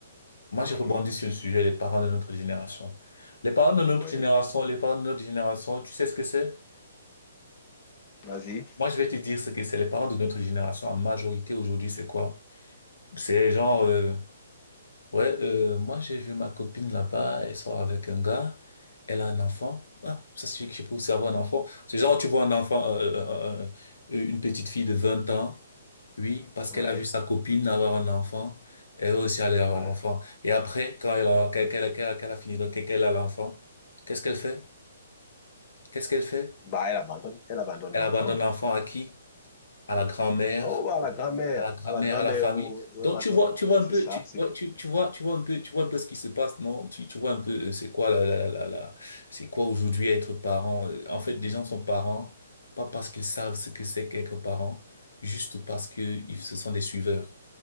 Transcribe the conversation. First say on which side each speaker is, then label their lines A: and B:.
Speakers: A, on the left; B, on the left.
A: Moi, j'ai
B: mhm,
A: rebondi sur le sujet des parents de notre génération. Les parents de notre
B: oui.
A: génération, les parents de notre génération, tu sais ce que c'est?
B: Vas-y.
A: Moi, je vais te dire ce que c'est. Les parents de notre génération, en majorité aujourd'hui, c'est quoi? C'est genre, euh, Ouais, euh, moi j'ai vu ma copine là-bas, elle sort avec un gars, elle a un enfant. Ah, ça suffit que je peux aussi avoir un enfant. C'est genre, tu vois un enfant, euh, euh, euh, euh, euh, une petite fille de 20 ans, oui, parce
B: Oui,
A: qu'elle a vu sa copine avoir un enfant, elle veut aussi aller avoir
B: oui.
A: un enfant. Et après, quand elle a,
B: mhm.
A: qu'elle, qu'elle, qu'elle a qu'elle a fini, donc qu'elle a l'enfant, qu'est-ce qu'elle fait? Qu'est-ce qu'elle fait?
B: Bah, elle abandonne, elle abandonne
A: Elle
B: l'enfant.
A: abandonne l'enfant à qui? À
B: Oui.
A: la grand-mère.
B: Oh, bah, la grand-mère,
A: à la grand-mère,
B: à la grand-mère,
A: à la famille.
B: oh, oh,
A: Donc
B: la
A: tu
B: gra-
A: vois, tu vois
B: euh,
A: un
B: c'est
A: peu,
B: ça,
A: tu,
B: c'est
A: ouais, tu, tu vois, tu vois un peu, tu vois un peu ce qui se passe, non? Tu, tu vois un peu, euh, c'est quoi la, la, la, la, c'est quoi aujourd'hui être parent? Euh, En fait, des gens sont parents, pas parce qu'ils savent ce que c'est qu'être parent, juste parce que ils, ce sont des suiveurs,